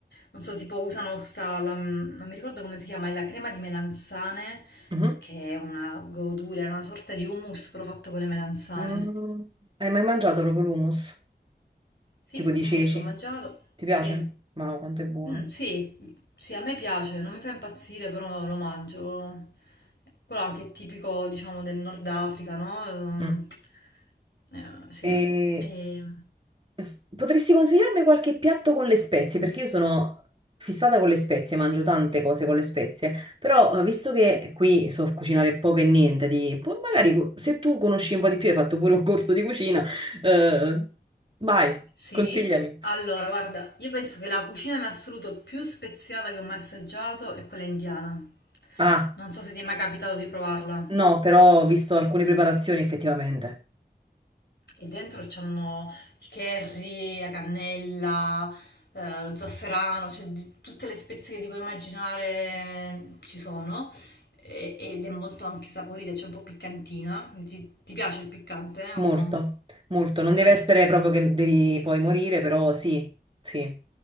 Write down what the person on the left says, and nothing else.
non so, tipo usano questa, la- non mi ricordo come si chiama, è la crema di melanzane,
che è una godura, è una sorta di hummus però fatto con le melanzane.
Sì,
l'hummus
ho mangiato,
sì.
Mm, sì, sì, a me piace, non mi fa impazzire, però lo mangio. Quello anche è tipico, diciamo, del Nord Africa, no? Ehm,
eh, sì.
E,
sì.
Sì,
allora guarda, io penso che la cucina in assoluto più speziata che ho mai assaggiato è quella indiana.
Non so se ti è mai capitato di provarla.
E dentro c'hanno il curry, la cannella, eh, lo zafferano, cioè di- tutte le spezie che ti puoi immaginare ci sono. E- ed è molto anche saporita, c'è un po' piccantina. Ti, ti piace il piccante? eh, O
molto?